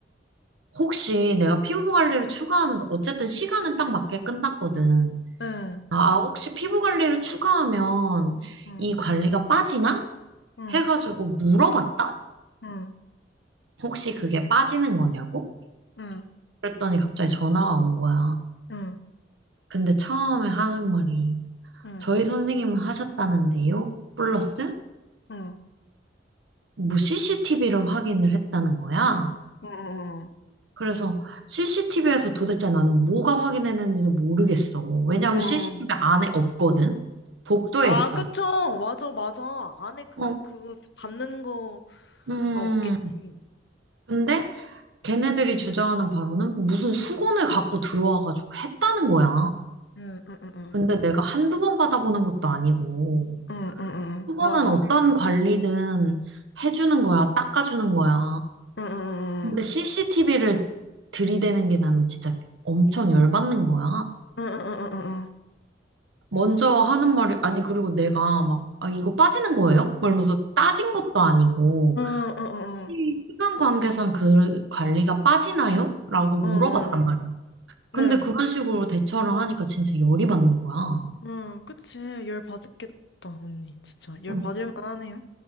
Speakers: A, on the right; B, on the left.
A: 혹시 내가 피부 관리를 추가하면서 어쨌든 시간은 딱 맞게 끝났거든.
B: 응, 아,
A: 아, 아, 혹시 피부 관리를 추가하면
B: 응,
A: 이 관리가 빠지나?
B: 응,
A: 해가지고 물어봤다?
B: 응,
A: 혹시 그게 빠지는 거냐고?
B: 응, 응,
A: 그랬더니 갑자기 전화가 온 거야.
B: 응,
A: 근데 처음에 하는 말이
B: 응,
A: 저희 선생님은 하셨다는데요? 플러스
B: 응,
A: 뭐 CCTV를 확인을 했다는 거야.
B: 응.
A: 그래서 CCTV에서 도대체 나는 뭐가 확인했는지도 모르겠어. 왜냐하면
B: 응.
A: CCTV 안에 없거든. 복도에
B: 아,
A: 있어.
B: 그쵸. 맞아, 맞아. 안에 그,
A: 어,
B: 그거 받는 거가
A: 음.
B: 없겠지.
A: 근데 걔네들이 주장하는 바로는 무슨 수건을 갖고 들어와가지고 했다는 거야.
B: 응, 응, 응, 응,
A: 근데 내가
B: 응,
A: 한두 번 받아보는 것도 아니고.
B: 응, 응, 응,
A: 수건은
B: 맞아.
A: 어떤 관리든 해주는 거야, 닦아주는 거야.
B: 응, 응, 응,
A: 근데 CCTV를 들이대는 게 나는 진짜 엄청 열받는 거야.
B: 응, 응, 응, 응,
A: 먼저 하는 말이, 아니, 그리고 내가 막, 아, 이거 빠지는 거예요? 막 이러면서 따진 것도 아니고,
B: 응, 응, 응.
A: 혹시 시간 관계상 그 관리가 빠지나요? 라고 물어봤단
B: 응 응
A: 말이야. 근데
B: 네.
A: 그런 식으로 대처를 하니까 진짜 열이 받는 거야.
B: 응, 그치. 열 받겠다, 언니. 진짜. 열
A: 응.
B: 받을 만하네요.